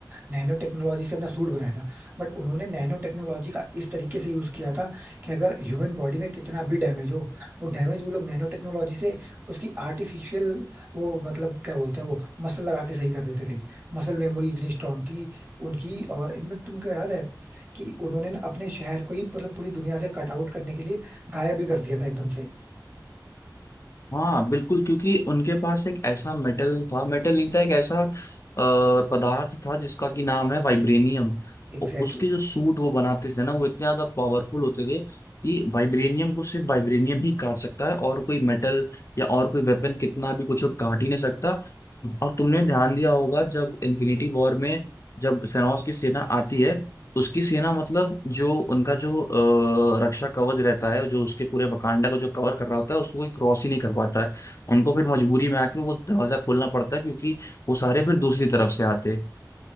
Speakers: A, on the right; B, on the left.
A: नैनो टेक्नोलॉजी से अपना सूट बनाया था बट उन्होंने नैनो टेक्नोलॉजी का इस तरीके से यूज किया था कि अगर ह्यूमन बॉडी में कितना भी डैमेज हो वो डैमेज वो लोग नैनो टेक्नोलॉजी से उसकी आर्टिफिशियल वो मतलब क्या बोलते हैं वो मसल लगा के सही कर देते थे मसल मेमोरी इतनी स्ट्रांग थी उनकी और इनमें तुमको याद है कि उन्होंने ना अपने शहर को ही मतलब पूरी दुनिया से कट आउट करने के लिए गायब भी कर दिया था एकदम से
B: हाँ बिल्कुल क्योंकि उनके पास एक ऐसा मेटल था मेटल नहीं था एक ऐसा अ, पदार्थ था जिसका कि नाम है वाइब्रेनियम
A: Exactly
B: उ- उसके
A: exactly.
B: जो सूट वो बनाते थे ना वो इतने ज्यादा पावरफुल होते थे कि वाइब्रेनियम को सिर्फ वाइब्रेनियम ही काट सकता है और कोई मेटल या और कोई वेपन कितना भी कुछ हो, काट ही नहीं सकता और तुमने ध्यान दिया होगा जब इन्फिनिटी वॉर में जब थेनोस की सेना आती है उसकी सेना मतलब जो उनका जो अ, रक्षा कवच रहता है जो उसके पूरे वकांडा को जो कवर कर रहा होता है उसको कोई क्रॉस ही नहीं कर पाता है उनको फिर मजबूरी में आके वो दरवाजा खोलना पड़ता है क्योंकि वो सारे फिर दूसरी तरफ से आते हैं।